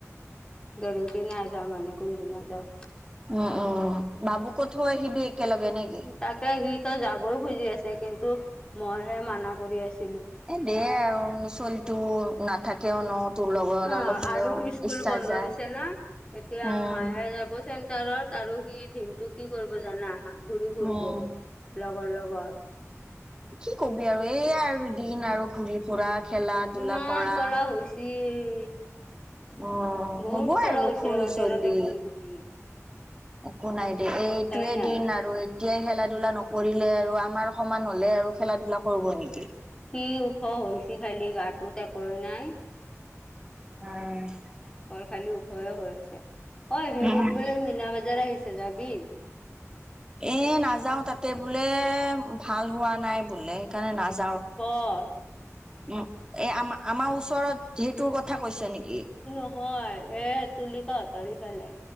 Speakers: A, on the left (about 15°); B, on the right (about 15°).
A: গেৰেণ্টি নাই যা মানে কোনদিনা যাও।
B: উম উম বাবুকো থৈ আহিবি একেলগে নেকি?
A: তাকে সি ত যাবই খুজি আছে। কিন্তু মইহে মানা কৰি আছো।
B: এ দে আৰু ছোৱলী তটো নাথাকেও ন তোৰ লগৰ
A: অ',
B: অলপ হ'লেও
A: আৰু স্কুল
B: ইচ্ছা
A: বন্ধ
B: যায়।
A: দিছে না এতিয়া
B: উম
A: মায়ে যাব চেণ্টাৰত আৰু সি দিনটো কি কৰিব জানা ঘুৰি ফুৰিব
B: উম
A: লগৰ লগত বা
B: কি কবি আৰু এইয়া আৰু দিন আৰু ঘূৰি ফুৰা খেলা ধূলা
A: ইমান
B: কৰা।
A: <unintelligible>
B: অ
A: বহুত
B: হ'বই
A: ক'লা
B: আৰু
A: হৈছে
B: সৰু
A: ৰ'দে
B: চলি।
A: ৰ'দে ঘূৰি ঘূৰি।
B: একো নাই দে
A: অৱস্থাই
B: এইটোৱে
A: নাই
B: দিন আৰু এতিয়াই খেলা ধূলা নকৰিলে আৰু আমাৰ সমান হলে আৰু খেলা ধূলা কৰিব নেকি।
A: কি ওখ হৈছে খালি গাটোত একোৱে নাই?
B: উম
A: অকল খালি উখয়ে হৈ আছে অ হেৰিত
B: উম
A: বোলে মিনা বজাৰ আহিছে। যাবি
B: এ নাযাও তাতে বোলে ভাল হোৱা নাই বোলে সেইকাৰণে নাজা
A: কত
B: এ আম আমাৰ ওচৰত সেইটোৰ কথা কৈছে নেকি?
A: নহয় এ তুলিকাঁ হঁতৰ সিফালে